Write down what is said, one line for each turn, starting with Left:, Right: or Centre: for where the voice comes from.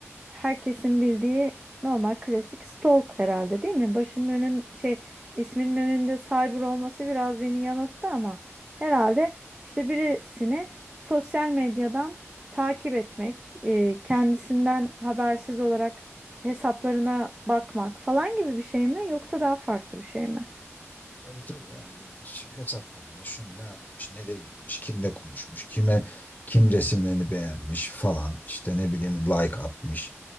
Right: herkesin bildiği normal klasik stalk herhalde değil mi? Başının önün şey isminin önünde cyber olması biraz beni yanılttı ama herhalde işte birisini sosyal medyadan takip etmek, e, kendisinden habersiz olarak hesaplarına bakmak falan gibi bir şey mi yoksa daha farklı bir şey mi?
Left: Tabii tabii yani ş- hesaplarına şun ne yapmış, nereye gitmiş, kimle konuşmuş, kime kim resimlerini beğenmiş falan işte ne bileyim like atmış,